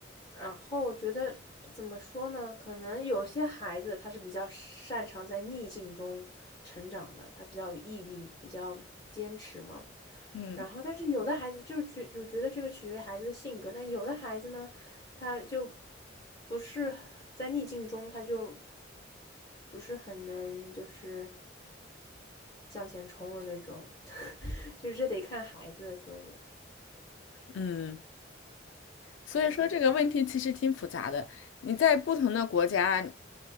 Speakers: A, on the left; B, on the left.
A: 然后我觉得怎么说呢？可能有些孩子他是比较擅长在逆境中成长的，他比较有毅力，比较坚持嘛。
B: 嗯
A: 然后，但是有的孩子就觉就觉得这个取决于孩子的性格，但有的孩子呢，他就不是在逆境中，他就不是很能就是向前冲的那种，<laughs> 就是这得看孩子，所以
B: 嗯，所以说这个问题其实挺复杂的。
A: 嗯。
B: 你在不同的国家，